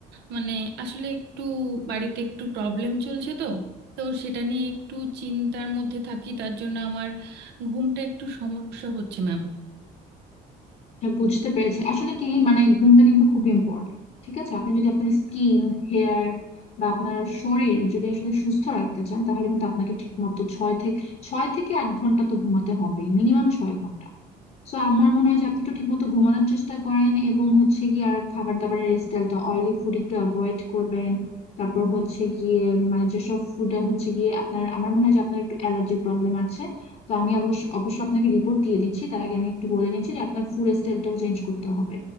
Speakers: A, on the right (about 85°); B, on the left (about 55°).
A: মানে আসলে একটু বাড়িতে একটু প্রবলেম চলছে তো তো সেটা নিয়ে একটু চিন্তার মধ্যে থাকি তার জন্য আমার ঘুমটা একটু সমস্যা হচ্ছে ম্যাম
B: হ্যাঁ, বুঝতে পেরেছি আসলে কি মানে ঘুমটা কিন্তু খুব ইম্পর্টেন্ট ঠিক আছে আপনি যদি আপনার স্কিন হেয়ার বা আপনার শরীর যদি আসলে সুস্থ রাখতে চান তাহলে কিন্তু আপনাকে ঠিক মতো ছয় থেকে ছয় থেকে আট ঘন্টা তো ঘুমাতে হবেই মিনিমাম ছয় ঘন্টা সো আমার মনে হয় যে আপনি একটু ঠিকমতো ঘুমানোর চেষ্টা করেন এবং হচ্ছে গিয়ে আর খাবার দাবারের স্টাইলটা অয়েলি ফুড একটু অ্যাভয়েড করবেন তারপর হচ্ছে গিয়ে মানে যেসব ফুডে হচ্ছে গিয়ে আপনার আমার মনে হয় যে আপনার একটু অ্যালার্জি প্রবলেম আছে তো আমি অবশ্য অবশ্য আপনাকে রিপোর্ট দিয়ে দিচ্ছি তার আগে আমি একটু বলে নিচ্ছি যে আপনার ফুড স্টাইলটাও চেঞ্জ করতে হবে